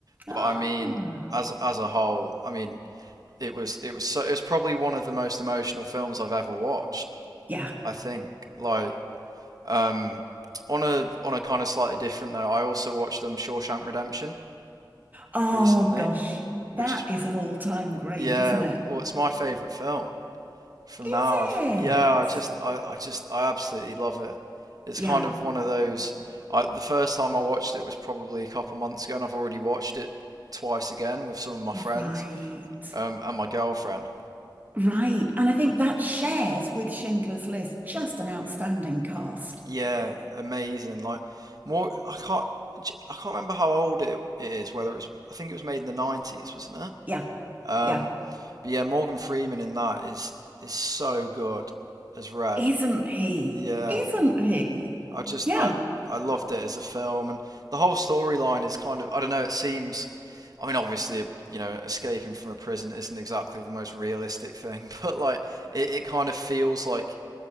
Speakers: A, on the right (about 20°); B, on the right (about 50°).
A: Ah,
B: But I mean, as as a whole, I mean. it was it was so it was probably one of the most emotional films I've ever watched.
A: yeah.
B: I think like um, on a on a kind of slightly different note, I also watched um, Shawshank Redemption
A: Oh
B: recently,
A: gosh,
B: which
A: that
B: is
A: is an all-time great,
B: yeah,
A: isn't it?
B: well, it's my favorite film from
A: Is
B: now. I th-
A: it?
B: yeah, I just I, I just I absolutely love it. It's
A: Yeah.
B: kind of one of those. I, the first time I watched it was probably a couple months ago, and I've already watched it twice again with some of my friends
A: Right.
B: um, and my girlfriend.
A: Right. And I think that shares with Schindler's List just an outstanding cast.
B: Yeah, amazing. Like more, I can't, j- I can't remember how old it, it is. Whether it's, I think it was made in the nineties, wasn't it?
A: Yeah.
B: Um,
A: Yeah.
B: but yeah, Morgan Freeman in that is is so good as Red.
A: Isn't he?
B: Yeah,
A: Isn't he?
B: I just
A: Yeah.
B: I I loved it as a film, and the whole storyline is kind of I don't know. It seems, I mean, obviously, you know, escaping from a prison isn't exactly the most realistic thing, <laughs> but like it, it kind of feels like